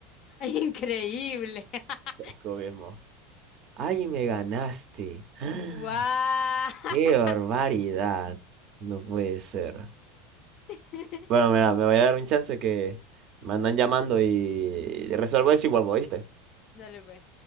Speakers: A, on the left (about 40°); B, on the right (about 40°).
A: <laughs> Increíble. <laughs>
B: Descubrimos. Ay, me ganaste. <gasps>
A: ¡Guau!
B: ¡Qué barbaridad! No puede ser.
A: <laughs>
B: Bueno, mira, me voy a dar un chance que me andan llamando y resuelvo eso y vuelvo, ¿viste?
A: Dale pues.